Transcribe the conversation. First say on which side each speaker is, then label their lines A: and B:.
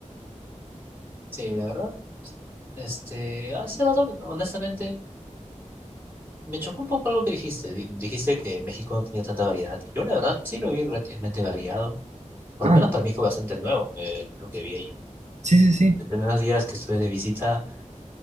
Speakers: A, on the right (about 15°); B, on the right (about 65°).
A: sí, la verdad, este, hace rato, honestamente. Me chocó un poco algo que dijiste. Di- Dijiste que México no tenía tanta variedad. Yo la verdad sí lo vi relativamente variado. Por
B: Ah,
A: lo menos para mí fue bastante nuevo eh, lo que vi allí.
B: sí, sí, sí.
A: Los primeros días que estuve de visita,